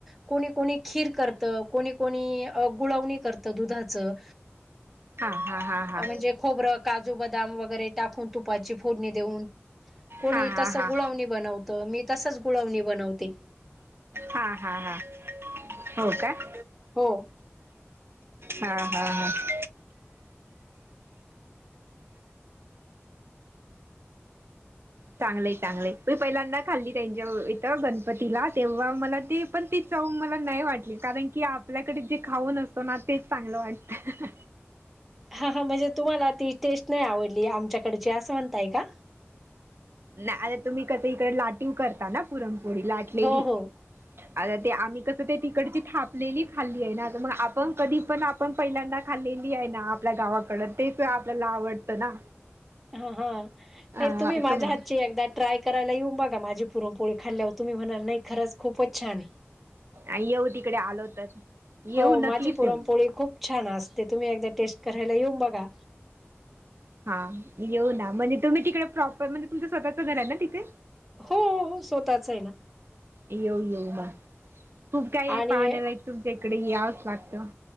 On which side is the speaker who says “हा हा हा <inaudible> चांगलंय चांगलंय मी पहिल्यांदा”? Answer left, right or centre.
Right